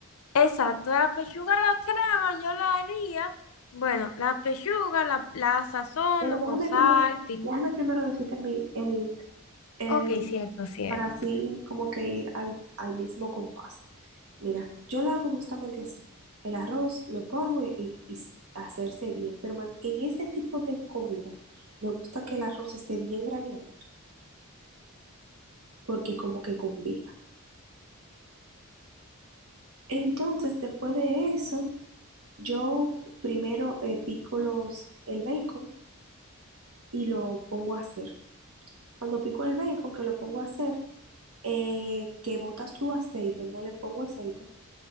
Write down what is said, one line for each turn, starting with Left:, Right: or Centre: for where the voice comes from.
Left: Exacto, la pechuga, la crema, yo la haría. Bueno, la pechuga la, la sazono
Right: Bueno, déjame
Left: con sal,
Right: primero,
Left: pimienta.
Right: déjame primero decirte mi, el, el,
Left: Ok, cierto, cierto.
Right: para así como que ir al, al mismo compás. Mira, yo lo hago justamente así. El arroz lo pongo y, y- y s- hacerse bien, pero me- en ese tipo de comida me gusta que el arroz esté bien graneadito, porque como que combina. Entonces, después de eso, yo primero eh, pico los, el bacon y lo pongo a hacer. Cuando pico el bacon, que lo pongo a hacer, eh, que bota su aceite, no le pongo aceite.